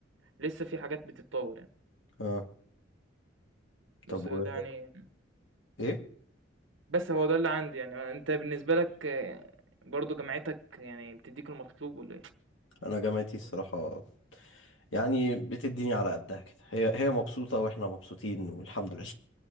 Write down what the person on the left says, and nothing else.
اه
طب
و
ايه
انا جامعتي الصراحة يعني بتديني على قدها كده هي هي مبسوطة واحنا مبسوطين والحمد لله